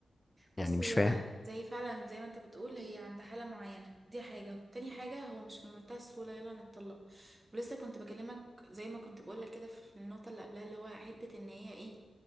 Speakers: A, on the right (about 20°); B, on the left (about 20°).
A: بص
B: يعني مش
A: هي
B: فاهم
A: زي فعلا زي ما انت بتقول هي عند حالة معينة دي حاجة وتاني حاجة هو مش من منتهى السهولة يلا نتطلق ولسه كنت بكلمك زي ما كنت بقولك كده في النقطة اللي قبلها اللي هو حتة ان هي ايه